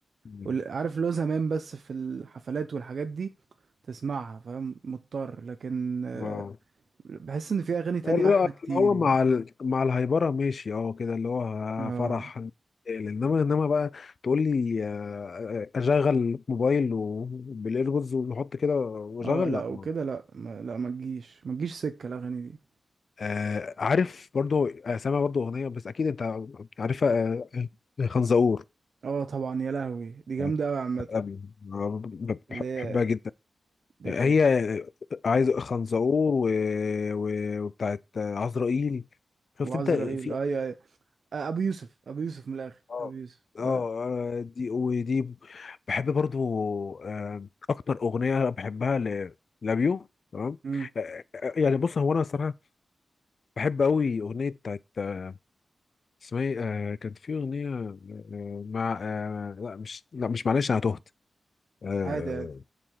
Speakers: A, on the left; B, on the right.
A: مم.
B: وال- عارف لو زمان بس في الحفلات والحاجات دي تسمعها فاهم مضطر لكن آه،
A: واو.
B: بحس إن في أغاني تانية
A: لا
B: أحلى كتير
A: اللي هو
B: يعني
A: مع ال... مع الهايبره ماشي اه كده اللي هو
B: اه
A: فرح انما انما بقى تقول لي آه، آه، اشغل موبايل و- بالايربودز ونحط كده واشغل
B: اه لا
A: لا
B: وكده
A: ما.
B: لا ما لا ما تجيش ما تجيش سكة الأغاني دي
A: آه عارف برضو آه، سامع برضو اغنيه بس اكيد انت عارفها آه، خنزقور
B: اه طبعا يا لهوي دي جامدة
A: بتاعت
B: أوي عامة
A: أبي. آه،
B: اللي
A: بح-
B: هي
A: بحبها جدا
B: دكة
A: هي عايز خنزقور و... و... وبتاعت عزرائيل شفت
B: وعزرائيل
A: انت في
B: أيوة أيوة. آه، ابو يوسف ابو يوسف من الاخر
A: اه
B: ابو يوسف
A: اه
B: آه.
A: آه، دي ودي بحب برضو آه، اكتر اغنيه بحبها ل- لابيو تمام
B: امم
A: آه، آه، آه، يعني بص هو انا الصراحه بحب قوي اغنيه بتاعت آه، اسمها ايه آه، كان في اغنيه آه، مع آه، لا مش لا مش معلش انا تهت آه،
B: عادي عادي